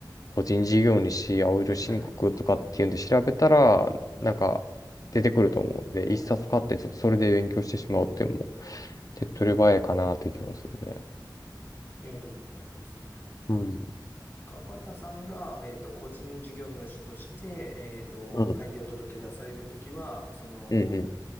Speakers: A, on the left (about 50°); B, on the left (about 30°).
A: 個人事業主青色申告とかっていうんで調べたら、
B: はい。
A: なんか出てくると思うので、
B: はい。ああ、
A: 一冊買ってちょっとそれで勉強してしまうっていうのも、
B: はい。
A: 手っ取り早いかなって気はするね。
B: はい。ありがとうございます。
A: うん。
B: 川田さんが、えっと、個人事業主として、えっと、
A: うん。
B: 開業届出されるときは、その、
A: うんうん。